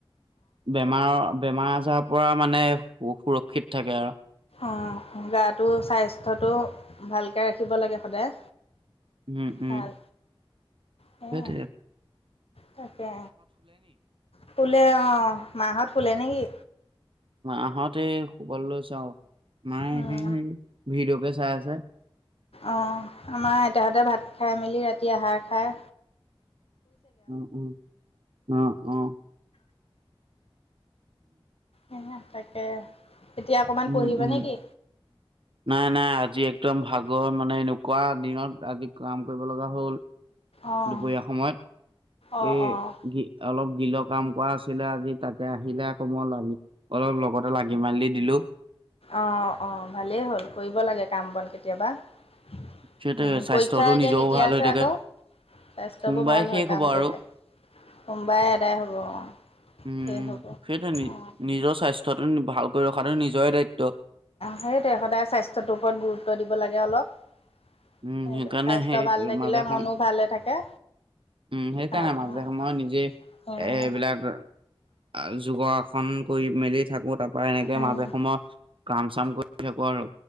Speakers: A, on the right; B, on the left.
A: বেমাৰৰ বেমাৰ আজাৰৰ পৰা মানে সুৰক্ষিত থাকে আৰু
B: অ গাটো স্বাস্থ্যটো ভালকৈ ৰাখিব লাগে সদায়
A: উম উম
B: ভাল সেয়া
A: সেইট আ
B: তাকে ফুলে অ মাহত ফুলে নেকি
A: আহতে সুবল লৈছ চাও মায়ে
B: উম,
A: এনেই সেই ভিডঅকে চাই আছে
B: অঁ আমাৰ আইতাহঁতে ভাত খাই মেলি ৰাতি আহাৰ খায়
A: উম উম উম উ
B: এ তাকে এতিয়া অকমান
A: উম
B: পঢ়িব
A: উম
B: নে কিি
A: নাই নাই আজি একদম ভাগৰ মানে এনেকুৱা দিনত আজি কাম কৰিব লগা হ'ল
B: অ',
A: দুপৰীয়া সময়ত
B: অ',
A: এই
B: অ',
A: অলপ বিলৰ কাম কৰা আছিলে আজি তাাকতে আহিলে আকৌ মন লাগি অলপ লগতে লাগি মেল দি দিলো
B: অ অ ভালেই হ'ল কৰিব লাগে কাম বন কেতিয়াবা উ
A: সেইটোৱে স্বাস্থ্যটো
B: পৰীক্ষা এতিয়া
A: নিজৰও
B: কেতিয়া
A: ভাল
B: আছে
A: হৈ থাকে
B: আকৌ স্বাস্থ্যবোৰ
A: সোমবাৰে
B: ভাল
A: শেষ
B: হয়
A: হ'ব
B: কাম
A: আৰু
B: কৰিলে হোমবাই এদাই হ'ব অ
A: উম,
B: স হ'ব
A: সেইটো নি
B: অঁ
A: নিজৰ স্বাস্থ্যটো ভালকৈ ৰখাটো নিজৰে দায়িত্ব
B: সেইটোৱে সদায় স্বাস্থ্যটোৰ ওপৰত গুৰুত্ব দিব লাগে অলপ সেইটো
A: উম, সেইকাৰণে
B: স্বাস্থ্য
A: সেই
B: ভাল থাকিলে
A: মাজে সম
B: মনো ভালে থাকে
A: উম সেই
B: ভাল
A: কাৰনে মাজে
B: অ',
A: সময়ে নিজে
B: উম,
A: এ এইবিলাক আৰু যোগাসন কৰি মেলি থাকো তাৰ পৰাৰা এনেকে
B: উম।
A: মাজে সময় কাম চাম কৰি থাকো আৰু